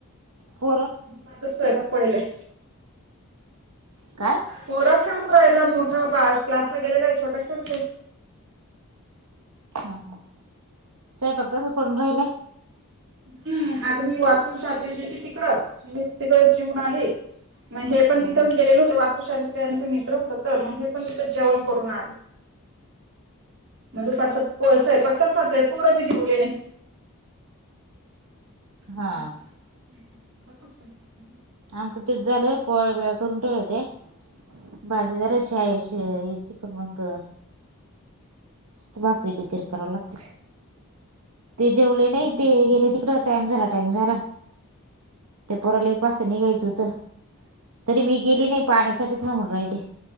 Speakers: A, on the right (about 90°); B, on the right (about 55°).
A: पोरं
B: दुपारचाच स्वयपाक पडलय
A: काय?
B: पोरं राहिला मोठा क्लासला गेलेला आहे छोटा खेळतो
A: हा हा स्वयपाक तसच पडून राहिलंय
B: हम्म आग मी वास्तुशांतीला गेलते तिकडं मी तिकडच जीवुन आली मग हे पण
A: हा
B: तिथच
A: हा.
B: गेलेले होते वास्त शांतयांचा मित्र होत तर मग हे पण तिथं जेवण करून आले मग दुपारचा प स्वयपाक तसाचय पोर बी जेवले नाही <unintelligible>
A: हा आमचं तेच झालं पोळ्या बिळ्या करून ठेवलं होते भाजी जराशी आहे अशी यची पण मंग तर भाकरी बिकरी करावं लागतय ते जेवले नाही ते गेले तिकड टाइम झाला टाइम झाला ते पोराला एक वास्ता निघायचं होतं तरी मी गेली नाही पाण्यासाठी थांबून राहीले